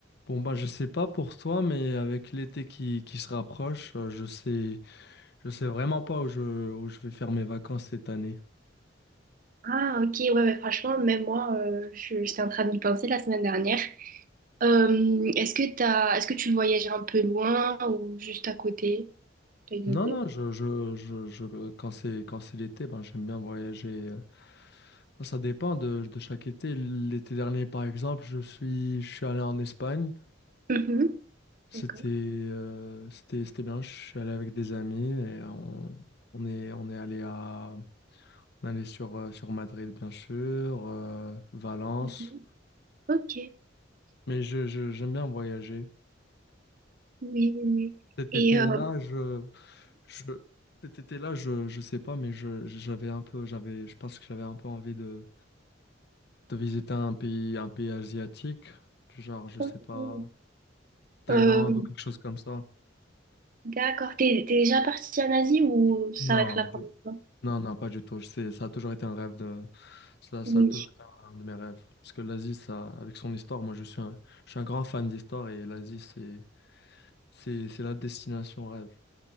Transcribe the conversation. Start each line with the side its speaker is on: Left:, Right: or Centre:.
Left: Bon bah je sais pas pour toi mais avec l'été qui, qui se rapproche, euh, je sais je sais vraiment pas où je où je vais faire mes vacances cette année.
Right: Ah, ok, ouais, ouais, franchement, même moi, euh, je- j'étais en train d'y penser la semaine dernière. Euh, est-ce que t'as, est-ce que tu voyages un peu loin ou juste à côté? T'as une
Left: Non
Right: idée?
Left: non, je je je, je quand c'est quand c'est l'été, ben j'aime bien voyager. euh, bon, Ça dépend de, de chaque été. L'été dernier par exemple, je suis je suis allé en Espagne.
Right: Mhm,
Left: C'était
Right: D'accord.
Left: euh, c'était c'était bien, je suis allé avec des amis et on on est on est allé à on est allé sur euh, sur Madrid bien sûr, euh, Valence.
Right: Mhm. Ok, oui,
Left: Mais je, je- j'aime bien voyager.
Right: oui, oui.
Left: Cet
Right: Et,
Left: été-là,
Right: euh,
Left: je, je, cet été-là, je, je sais pas, mais je, j'avais un peu, j'avais, je pense que j'avais un peu envie de, de visiter un pays, un pays asiatique, du genre, je
Right: mhm.
Left: sais pas, Thaïlande
Right: Euh,
Left: ou quelque chose comme ça.
Right: d'accord, t'es, t'es déjà partie en Asie ou ça
Left: Non,
Right: va être la
Left: de-
Right: première fois?
Left: non, non, pas du tout. C'est, ça a toujours été un rêve de, ça, ça
Right: Oui.
Left: a toujours été un de mes rêves. Parce que l'Asie, ça, avec son histoire, moi, je suis un, je suis un grand fan d'histoire et l'Asie, c'est, c'est, c'est la destination rêve.